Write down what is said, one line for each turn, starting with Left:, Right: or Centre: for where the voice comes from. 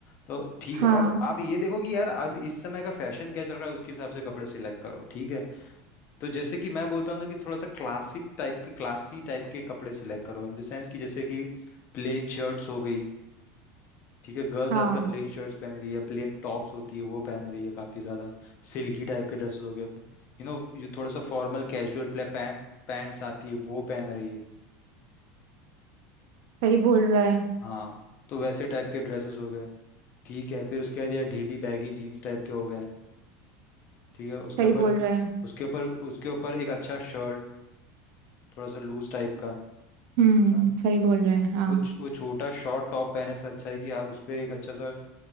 Left: तो ठीक
Right: हाँ
Left: है और आप ये देखो कि यार आज इस समय का फैशन क्या चल रहा है उसके हिसाब से कपड़े सिलेक्ट करो ठीक है तो जैसे कि मैं बोलता हूँ ना कि थोड़ा सा क्लासिक टाइप के क्लासी टाइप के कपड़े सिलेक्ट करो इन द सेंस कि जैसे कि प्लेन शर्ट्स हो गई ठीक है गर्ल्स
Right: हाँ
Left: आजकल प्लेन शर्ट्स पहन रही है प्लेन टॉप्स होती है वो पहन रही है काफी ज्यादा सिल्की टाइप के ड्रेसेस हो गए यू नो ये थोड़ा सा फॉर्मल कैजुअल पैंट्स आती है वो पहन रही है
Right: सही बोल रहा है
Left: हाँ तो वैसे टाइप के ड्रेसेस हो गए ठीक है फिर उसके बाद यार ढीली बैगी जीन्स टाइप के हो गए ठीक है उसके
Right: सही
Left: ऊपर
Right: बोल रहा है
Left: उसके ऊपर उसके ऊपर एक अच्छा शर्ट थोड़ा सा लूज टाइप का है
Right: हम्म
Left: ना
Right: सही बोल रहा है हाँ
Left: वो छ- वो छोटा शॉर्ट टॉप पहने से अच्छा है कि आप उस पे एक अच्छा सा